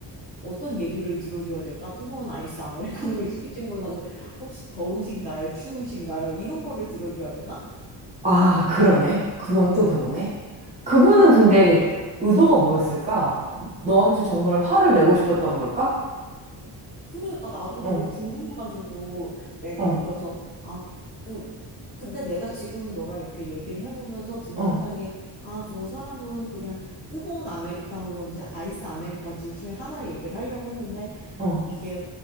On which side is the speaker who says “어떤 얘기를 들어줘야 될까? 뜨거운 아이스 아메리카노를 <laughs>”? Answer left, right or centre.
Left